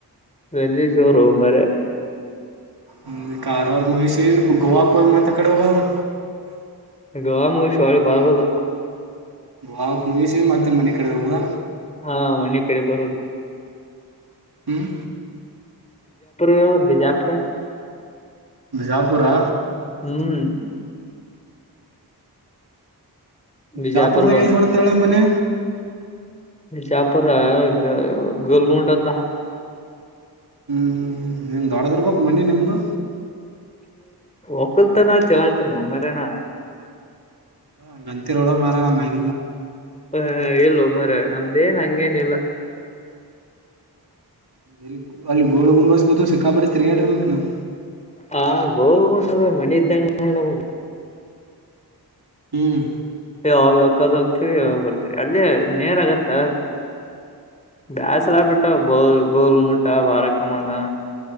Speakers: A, on the left; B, on the right.
A: ವಲ್ಲಿಯ ಚೋರು ಹೂ ಮರೆ
B: ಹ್ಮ ಕಾರವಾರ ಮುಗಿಸಿ ಗೋವಾಕ್ಕೆಯ ಮತ್ತೆ ಕಡೆ ಹೋಗ ಅವರು
A: ಗವಾ ಮುಗ ಶಿವಳಿ ಬರ್ತದು
B: ಗಫ ಮುವಿಷ ಮತ್ತ ಮನ್ನದ
A: ಹಾ ಮನಿ ಕಡೆ ಬಿಜಾಪುರ
B: ಹ್ಮ್
A: ಯ ಬಿಜಾಪುರ
B: ಬಿಜಾಪುರ
A: ಹ್ಮ್ ಬಿಜಾಪುರ
B: ಜಾಪದಾಗ ಎಲ್ಲಿ ಬರುತ್ತಾಳೆ ಮನೆ
A: ಮ ಚಾಪರ ಗ ಗಲಗಮಟದಲ
B: ಹ್ಮ್ ಹ್ಮ್್ಮ ನಿಮ್ ದೊಡ್ಡದರ್ಬಕ್ ಮನೆಿ ನಿಮ್ದು
A: ಒಕ್ಕಲ್ತಾನ ಚಲ ಆಯ್ತ ನ ಮರಣ
B: ಹ ಗಂತಿರೋಳ ಮಾರ ಮಗ
A: ಹ ಇಲ್ಲ ಒ ಮರ ನಮ್ದೇನ್ ಹಂಗೇನಿಲ್ಲ
B: ಇಲ್ಲಿ ಅಲ್ಲಿ ಗೋಳ ಮುಂದಸ್ಬ ಸಿಕ್ಕಾಪಟ್ಟ ತಿರ್ಗಾಡಿರ್ಬೇಕು ನಾವು
A: ಆ ಗೋರ್ ಉಟದ ಮಣಿ ಇದ್ದಂಗ ನೋಡ ನಮ
B: ಹ್ಮ್
A: ಯಾವಾಗಕ್ಕದಕ್ಕೆ ಯಾವಾಗ ಬರ್ತರಿ ಅಲ್ಲಿ ನೇರ ಆಗತ್ತ ಬ್ಯಾಸಲಾ ಬಿಟ್ಟಾ ಬೋಲ್ ಗೋಲು ಮಟ್ಟಾ ವರಕಮದಾ